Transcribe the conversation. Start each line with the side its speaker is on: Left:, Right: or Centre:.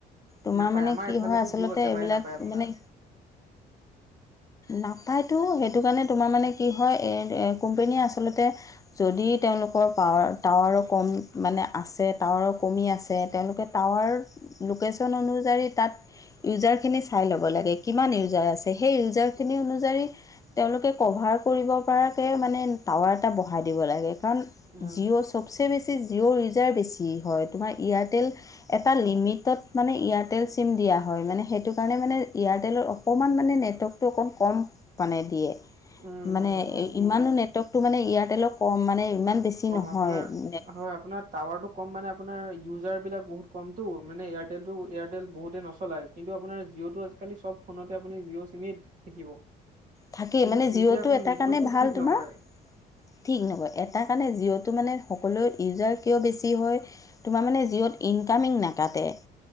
Left: তোমাৰ
Right: নাপায়
Left: মানে
Right: আমাৰ
Left: কি
Right: এইফালেতো
Left: হয় আচলতে
Right: জিঅ' একেবাৰে
Left: এইবিলাক
Right: নাপায় আপোনাৰ
Left: মানে নাপায়তো সেইটো কাৰণে তোমাৰ মানে কি হয় কোম্পেনীয়ে আচলতে যদি তেওঁলোকৰ পাৱাৰ টাৱাৰো কম মানে আছে, টাৱাৰো কমি আছে তেওঁলোকে টাৱাৰ লোকেশ্যন অনুযায়ী তাত ইউজাৰখিনি চাই ল'ব লাগে কিমান ইউজাৰ আছে সেই ইউজাৰ। খিনি অনুযায়ী তেওঁলোকে কভাৰ কৰিব পৰাকে মানে টাৱাৰ এটা বঢহাই দিব লাগে। কাৰণ
Right: হয়,
Left: জিঅ' চবচে বেছি জিঅ' উজাৰ বেছি হয়। তোমাৰ এয়াৰটেল এটা লিমিটত মানে এয়াৰটেল চিম দিয়া হয় মানে। সেইটো কাৰণে মানে এয়াৰটেলত অকণমান মানে নেটৱৰ্কটো অকণ কম মানে দিয়ে।
Right: উম, উম,
Left: মানে
Right: উম,
Left: ইমানো নেটৱৰ্কতটো মানে এয়াৰটেলৰ কম মানে ইমান বেছি
Right: কম
Left: নহয়
Right: আপোনাৰ
Left: নেট
Right: হয় আপোনাৰ টাৱাৰটো কম মানে। আপোনাৰ ইউজাৰবিলাক বহুত কমতটো মানে এয়াৰটেলটো এয়াৰটেল বহুতেই নচলায় কিন্তু আপোনাৰ জিঅ'টো আজি খালি চব ফোনতে আপুনি জিঅ' চিমে দেখিব।
Left: থাকেই
Right: কিন্তু
Left: মানে
Right: সিহঁতে
Left: জিঅটো
Right: আকৌ
Left: এটা
Right: নেটৱৰ্কটো
Left: কাৰণে ভাল
Right: ঠিক
Left: তোমাৰ
Right: নকৰে।
Left: ঠিক নকয় এটা, সেইকাৰণে জঅ'টো মানে সকলোৰে ইউজাৰ কিয় বেছি হয় তোমাৰ মানে জিঅ'ত ইনকামিং নাকা তে।